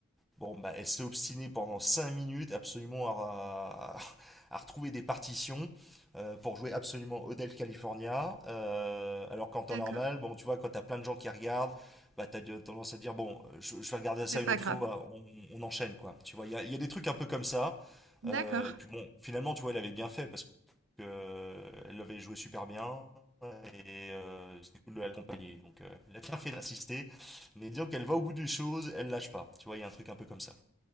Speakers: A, in the centre; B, on the right.
A: Bon, bah, elle s'est obstinée pendant 5 minutes absolument à, à à retrouver des partitions euh, pour jouer absolument Hotel California. Euh, alors qu'en temps
B: d'accord.
A: normal, bon, tu vois, quand t'as plein de gens qui regardent, bah, t'as de- tendance à te dire, bon, je, je vais regarder ça
B: C'est pas
A: une autre
B: grave.
A: fois, on, on enchaîne, quoi. Tu vois, il y a, il y a des trucs un peu comme ça.
B: D'accord.
A: Euh, et puis bon, finalement, tu vois, elle avait bien fait parce que euh, elle avait joué super bien et euh, c'était cool de l'accompagner. Donc, euh, elle a bien fait d'insister. Mais disons qu'elle va au bout des choses, elle lâche pas. Tu vois, il y a un truc un peu comme ça.